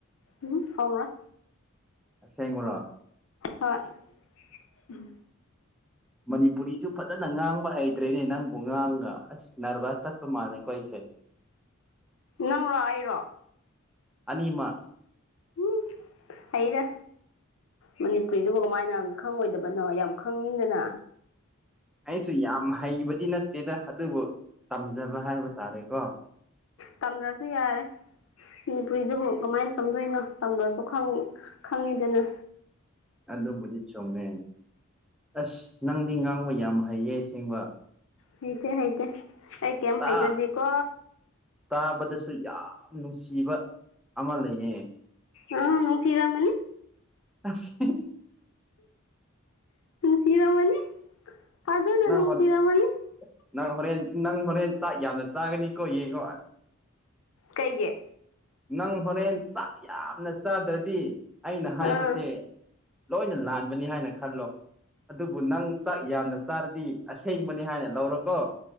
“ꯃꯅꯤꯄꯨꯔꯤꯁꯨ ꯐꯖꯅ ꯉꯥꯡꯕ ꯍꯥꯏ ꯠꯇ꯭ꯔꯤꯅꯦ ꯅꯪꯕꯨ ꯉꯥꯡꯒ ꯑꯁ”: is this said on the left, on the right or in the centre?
Centre